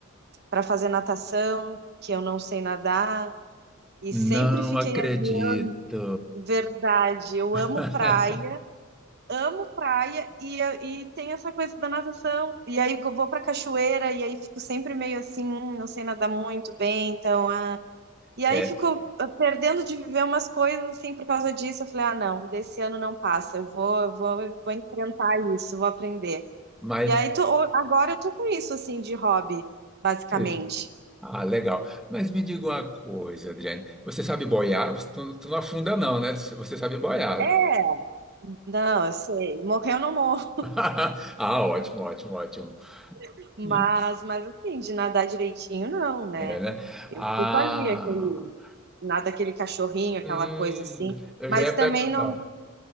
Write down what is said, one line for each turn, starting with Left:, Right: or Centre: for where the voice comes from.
Right: para fazer natação, que eu não sei nadar. E
Centre: Não
Right: sempre fiquei
Centre: acredito.
Right: a dia, verdade, eu
Centre: <laughs>
Right: amo praia, amo praia e, eu- e tem essa coisa da natação. E aí eu vou pra cachoeira e aí fico sempre meio assim, hum, não sei nadar muito bem, então, ah. E
Centre: É,
Right: aí fico ah, perdendo de viver umas coisas assim por causa disso. Eu falei, ah, não, desse ano não passa, eu vou, eu vou, eu vou enfrentar isso, vou aprender.
Centre: mas.
Right: E aí, tô, o- agora eu tô com isso, assim, de hobby, basicamente.
Centre: eh, Ah, legal. Mas me diga uma coisa, Adriane. Você sabe boiar? Você- Tu, tu não afunda, não, né? Você sabe boiar.
Right: É, Não, eu sei, morrer eu não morro,
Centre: <laughs> Ah, ótimo, ótimo, ótimo.
Right: <laughs> mas,
Centre: Hum,
Right: mas assim, de nadar direitinho, não, né?
Centre: É, né?
Right: Eu
Centre: Ah,
Right: fico ali, aquele, nada aquele cachorrinho, aquela
Centre: hum,
Right: coisa assim,
Centre: eu
Right: mas
Centre: já ia
Right: também
Centre: perguntar.
Right: não